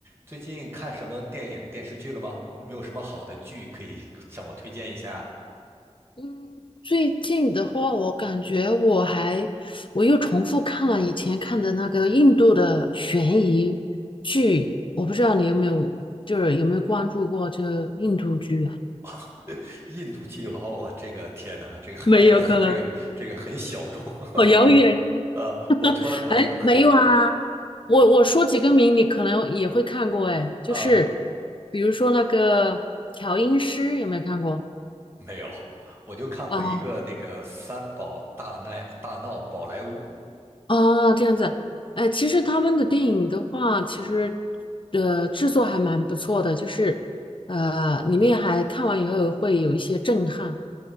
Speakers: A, on the right; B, on the left.
A: 最近看什么电影、电视剧了吗？有没有什么好的剧可以向我推荐一下？
B: 嗯，最近的话，我感觉我还我又重复看了以前看的那个印度的悬疑剧，我不知道你有没有，就是有没有关注过这个印度剧啊？
A: <laughs> 印度剧，哦，我这个天哪，这个感觉很，
B: 没有可能，
A: 这个这个很小众。
B: 好遥远是吗？
A: <laughs> 呃，我从来我我很我
B: 哎，没有啊，
A: 我
B: 我我说几个名，你可能也会看过，哎，就是
A: 啊、
B: 比如说那个调音师，有没有看过？
A: 没有，我就看过一个那个《三宝大奈大闹宝莱坞》。
B: 啊？哦，这样子，哎，其实他们的电影的话，其实呃制作还蛮不错的，就是呃里面还看完以后会有一些震撼，